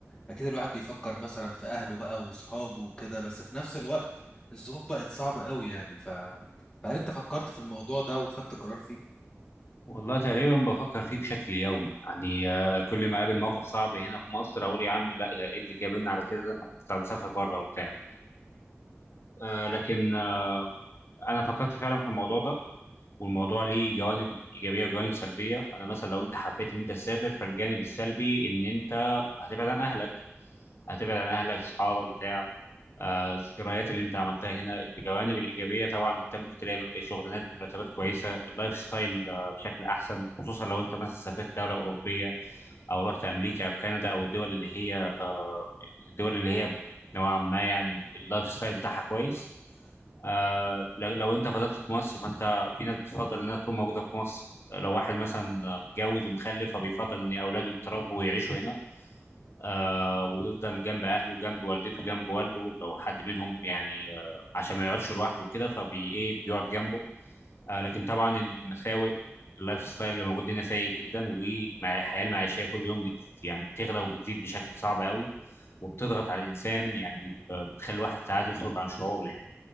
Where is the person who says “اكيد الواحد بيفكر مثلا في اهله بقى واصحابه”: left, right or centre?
Left